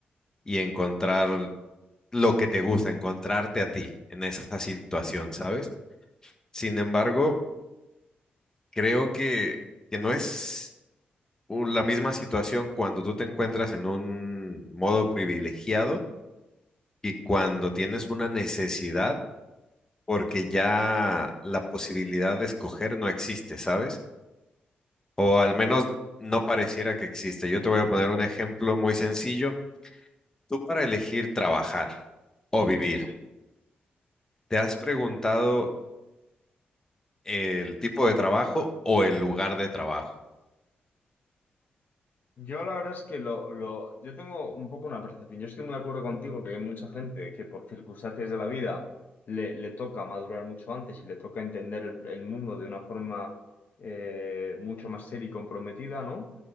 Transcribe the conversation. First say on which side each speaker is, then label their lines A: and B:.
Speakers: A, on the left; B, on the left.
A: y encontrar lo que te gusta, encontrarte a ti en esa situación, ¿sabes? Sin embargo, creo que, que no es u- la misma situación cuando tú te encuentras en un modo privilegiado y cuando tienes una necesidad porque ya la posibilidad de escoger no existe, ¿sabes? O al menos no pareciera que existe. Yo te voy a poner un ejemplo muy sencillo. Tú para elegir trabajar o vivir,
B: Sí.
A: ¿te has preguntado el tipo de trabajo o el lugar de trabajo?
B: Yo la verdad es que lo, lo, yo tengo un poco una percepción. Yo estoy muy de acuerdo contigo que hay mucha gente que por circunstancias de la vida le, le toca madurar mucho antes y le toca entender el, el mundo de una forma eh, mucho más seria y comprometida, ¿no?